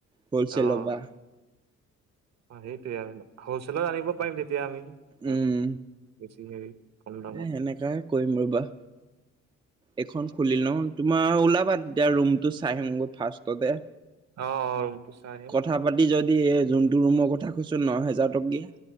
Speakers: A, on the right; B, on the right.
A: হলচেলৰ
B: অ',
A: পৰা
B: অ', সেইটোয়েই আৰু, আমি হলচেলত আনিব পাৰিম তেতিয়া এতিয়া আমি ধৰ
A: উম
B: বেছি হেৰি কম দামত
A: এ সেনেকাই কৰিম ৰ'বা। এইখন খুলি লওঁ, তোমাৰ ওলাবা তেতিয়া ৰুমটো চাই আহিমগৈ ফাৰ্ষ্টতে।
B: অ', অ', ৰুমটো চাই আহিম।
A: কথা পাতি যদি এ, যোনটো ৰুমৰ কথা কৈছো ন' হেজাৰ টকীয়া